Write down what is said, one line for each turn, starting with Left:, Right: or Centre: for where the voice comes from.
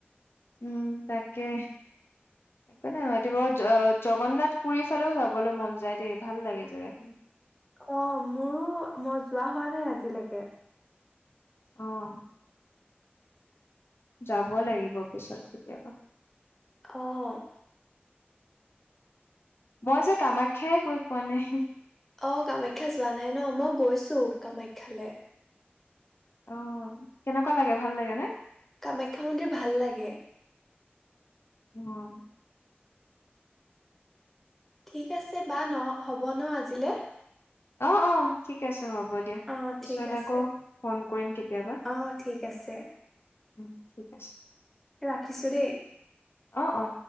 Left: উম, তাকে একো নাই ৰাতিুৱা জগন্নাথ পুৰীৰ ফালেও যাবলৈ মন যায় দেই ভাল লাগে জেগাখিনি।
Centre: অ', মোৰো মই যোৱা হোৱা নাই আজিলৈকে।
Left: অহ। যাব লাগিব পিছত কেতিয়াবা।
Centre: অ'।
Left: মই যে কামাখ্যাই গৈ পোৱা নাই।
Centre: অ', কামাখ্যা যোৱা নাই ন' মই গৈছো কামাখ্যালে।
Left: অ', কেনেকুৱা লাগে ভাল লাগে নে?
Centre: কামাখ্যা মন্দিৰ ভাল লাগে।
Left: হয়।
Centre: ঠিক আছে বা ন' হ'ব ন' আজিলে।
Left: অ', অ', ঠিক আছে। হ'ব দিয়া
Centre: অ
Left: পিছত
Centre: ঠিক আছে
Left: আকৌ ফোন কৰিম কেতিয়াবা।
Centre: অ ঠিক আছে
Left: উম, ঠিক আছে।
Centre: ৰাখিছো দেই।
Left: অ', অ'।